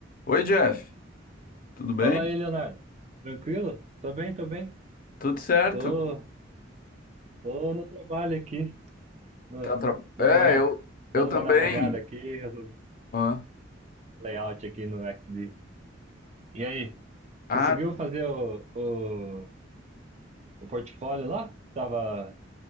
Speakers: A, on the left (about 45°); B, on the right (about 35°).
A: Oi, Jeff. Tudo bem?
B: Fala aí, Leonardo. Tranquilo? Tô bem, tô bem.
A: Tudo certo?
B: Tô, tô no trabalho aqui, no-
A: Tá tra-
B: dando
A: É,
B: uma, nav-
A: eu, eu
B: dando
A: também.
B: uma navegada aqui, resol-
A: Hã?
B: layout aqui no XD. E aí,
A: Ah,
B: conseguiu fazer o, o, o portfólio lá? Tava